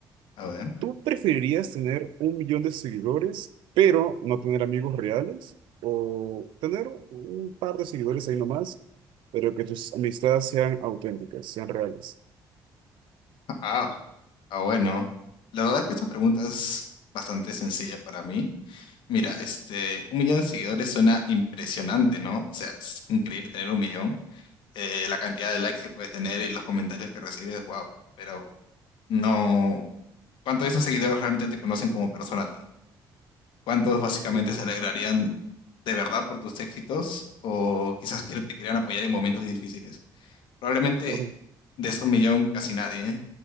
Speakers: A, on the left (about 80°); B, on the right (about 85°).
A: A ver.
B: ¿Tú preferirías tener un millón de seguidores, pero no tener amigos reales? ¿O tener un par de seguidores ahí nomás, pero que tus amistades sean auténticas, sean reales?
A: Ah, ah, bueno. La verdad es que esta pregunta es bastante sencilla para mí. Mira, este, un millón de seguidores suena impresionante, ¿no? O sea, es increíble tener un millón. Eh, la cantidad de likes que puedes tener y los comentarios que recibes, wow. Pero no, ¿cuántos de esos seguidores realmente te conocen como persona a ti? ¿Cuántos básicamente
B: Mm,
A: se alegrarían de verdad por tus éxitos o quizás que te quieran apoyar en momentos difíciles? Probablemente
B: claro,
A: de esos millón casi nadie, ¿eh?